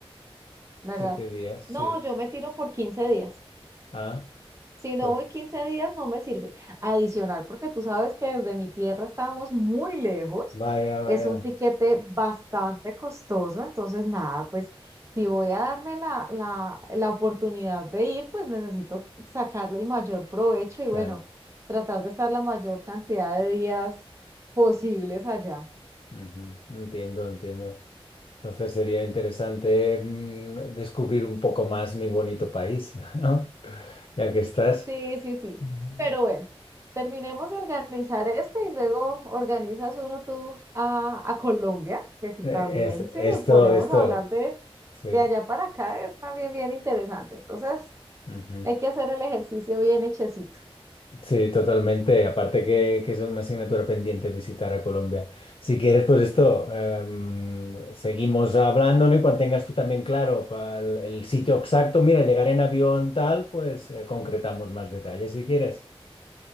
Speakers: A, on the right; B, on the left.
A: ¿verdad?
B: Siete días,
A: No,
B: sí.
A: yo me tiro por 15 días.
B: Ah.
A: Si
B: Pues
A: no voy 15 días, no me sirve. Adicional, porque tú sabes que desde mi tierra estamos muy lejos.
B: vaya, vaya,
A: Es un tiquete bastante costoso, entonces nada, pues si voy a darme la, la, la oportunidad de ir, pues necesito sacarle el mayor provecho y
B: claro.
A: bueno, tratar de estar la mayor cantidad de días posibles allá.
B: Ujú, Entiendo, entiendo. Entonces sería interesante mm, descubrir un poco más mi bonito país, <laughs> ¿no? Ya que estás.
A: Sí, sí, sí.
B: Mm.
A: Pero bueno, terminemos de organizar este y luego organizas uno tú a, a Colombia, que si
B: Eh,
A: también
B: Es,
A: si
B: esto,
A: nos ponemos
B: esto,
A: a hablar de,
B: sí.
A: de allá para acá es también bien interesante. Entonces,
B: Ujú.
A: hay que hacer el ejercicio bien hechecito.
B: Sí, totalmente. Aparte que, que es una asignatura pendiente visitar a Colombia. Si quieres, pues esto, em, seguimos hablando, ¿no? Y cuando tengas tú también claro pa- el, el sitio exacto, mira, llegar en avión tal, pues eh, concretamos más detalles si quieres.